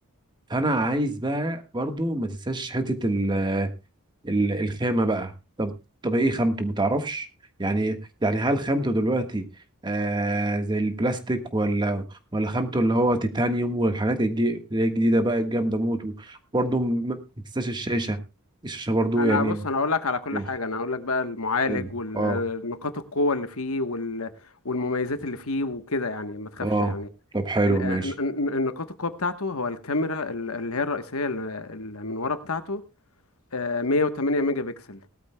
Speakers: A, on the right; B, on the left.
A: فانا عايز بقى برضو ما تنساش حته ال- ال- الخامه بقى طب طب ايه خامته ما تعرفش يعني يعني هل خامته دلوقتي آه زي البلاستيك ولا ولا خامته اللي هو تيتانيوم والحاجات الجي- اللي هي الجديده بقى الجامده موت برضو ما ما تنساش الشاشه الشاشه برضو
B: انا
A: يعني
B: بص انا اقول لك على كل
A: ماشي
B: حاجه انا اقول لك بقى المعالج
A: حلو
B: والنقاط
A: اه
B: القوه اللي فيه وال... والمميزات اللي فيه وكده يعني ما تخافش
A: اه
B: يعني
A: طب حلو
B: ال- آه،
A: ماشي
B: ن- ن- النقاط القوه بتاعته هو الكاميرا ال- اللي هي الرئيسيه اللي اللي من ورا بتاعته آه، 108 ميجا بكسل